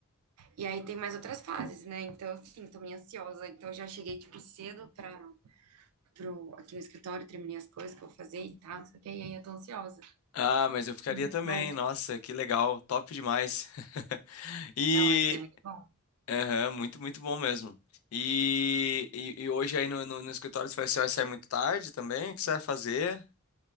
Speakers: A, on the right; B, on the left.
A: E aí tem mais outras fases, né? Então, assim, tô meio ansiosa. Então, eu já cheguei, tipo, cedo pra, pro, aqui no escritório, terminei as coisas que eu vou fazer e tal, não sei o quê, e aí eu tô ansiosa.
B: Ah, mas eu ficaria
A: E mais
B: também.
A: tarde.
B: Nossa, que legal. Top demais. <laughs> E.
A: Não, vai ser muito bom.
B: Aham, muito, muito bom mesmo. E, e, e hoje aí no, no, no escritório você vai, você vai sair muito tarde também? O que você vai fazer?